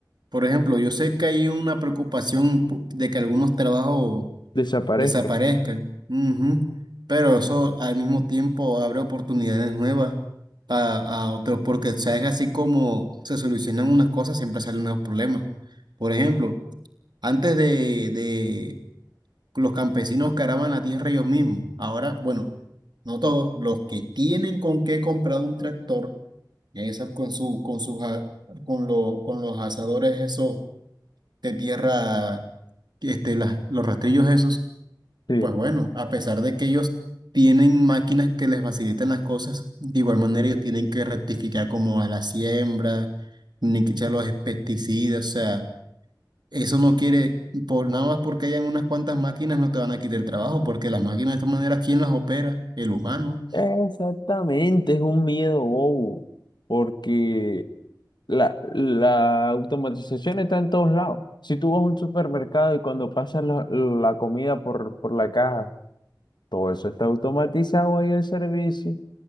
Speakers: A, on the right; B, on the left.
A: por ejemplo, yo sé que hay una preocupación po- de que algunos trabajos
B: desaparezca
A: desaparezcan, ujú, pero eso al mismo tiempo abre oportunidades nuevas a, a otros, porque sabes así como se solucionan unas cosas, siempre salen nuevos problemas. Por ejemplo, antes de, los campesinos que araban la tierra ellos mismos. Ahora, bueno, no todos, los que tienen con qué comprar un tractor, y esos con su, con sus, a- con lo- con los asadores esos de tierra, que, este, las- los rastrillos esos,
B: Sí.
A: pues bueno, a pesar de que ellos tienen máquinas que les facilitan las cosas, de igual manera ellos tienen que rectificar como a la siembra, ni que echar los pesticidas, o sea. Eso no quiere, por nada más porque hayan unas cuantas máquinas, no te van a quitar el trabajo, porque las máquinas de esta manera, ¿quién las opera? El humano,
B: Exactamente, es un miedo bobo, porque La, la automatización está en todos lados. Si tú vas a un supermercado y cuando pasas la, la comida por, por la caja, todo eso está automatizado ahí el servicio.